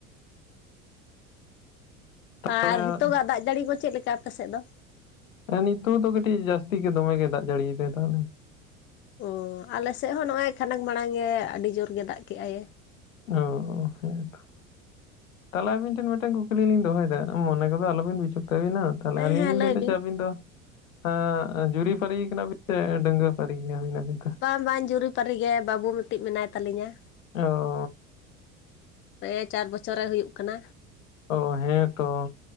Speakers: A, on the left (about 30°); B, on the left (about 80°).
A: ᱟᱨ
B: ᱛᱟᱦᱚᱞᱮ
A: ᱦᱤᱛᱚᱜᱟᱜ ᱫᱟᱜ ᱡᱟᱹᱲᱤ ᱠᱚ ᱪᱮᱫ ᱞᱮᱠᱟ ᱟᱯᱮ ᱥᱮᱫ ᱫᱚ?
B: ᱟᱨ ᱱᱤᱛᱚᱜ ᱫᱚ ᱠᱟᱹᱴᱤᱡᱽ ᱡᱟᱹᱥᱛᱤ ᱜᱮ ᱫᱚᱢᱮ ᱜᱮ ᱫᱟᱜ ᱡᱟᱹᱲᱤ ᱮᱫᱟᱭ ᱛᱟᱦᱞᱮ᱾
A: ᱳ ᱟᱞᱮ ᱥᱮᱜ ᱦᱚᱸ ᱱᱚᱜᱼᱚᱭ ᱠᱷᱟᱱᱮᱠ ᱢᱟᱲᱟᱝ ᱜᱮ ᱟᱹᱰᱤ ᱡᱳᱨ ᱜᱮ ᱫᱟᱜ ᱠᱮᱜᱼᱟᱭ᱾
B: ᱳᱻ ᱦᱮᱸᱛᱚ ᱛᱟᱦᱞᱮ ᱟᱹᱵᱤᱱ ᱴᱷᱮᱱ ᱢᱤᱫᱴᱮᱱ ᱠᱩᱠᱞᱤ ᱞᱤᱧ ᱫᱚᱦᱚᱭᱮᱫᱟ ᱢᱚᱱᱮ ᱠᱚᱫᱚ ᱟᱞᱚᱵᱤᱱ ᱵᱤᱪᱩᱠ ᱛᱟᱵᱤᱱᱟ᱾ ᱛᱟᱞᱦᱮ
A: ᱦᱮᱸ
B: ᱟᱞᱤᱧᱞᱤᱧ
A: ᱦᱮᱸ
B: ᱞᱟᱹᱭ ᱫᱟ
A: ᱵᱤᱱ
B: ᱡᱮ ᱟᱹᱵᱤᱱ ᱫᱚ᱾ ᱟᱸᱻᱜ ᱡᱩᱨᱤ ᱯᱟᱹᱨᱤ ᱠᱟᱱᱟ ᱵᱤᱱ ᱥᱮ ᱰᱟᱹᱝᱜᱽᱣᱟᱹ ᱯᱟᱹᱨᱤ ᱜᱮᱭᱟ ᱵᱤᱱ ᱟᱵᱤᱱ ᱫᱚ?
A: ᱵᱟᱝ ᱵᱟᱝ ᱡᱩᱨᱤ ᱯᱟᱹᱨᱤ ᱜᱮ ᱵᱟᱵᱩ ᱢᱤᱫᱴᱤᱡ ᱢᱮᱱᱟᱭ ᱛᱟᱞᱤᱧᱟ᱾
B: ᱚᱻ
A: ᱱᱮ ᱪᱟᱨ ᱵᱚᱪᱷᱚᱨᱮ ᱦᱩᱭᱩᱜ ᱠᱟᱱᱟ᱾
B: ᱚᱻ ᱦᱮᱸ ᱛᱚ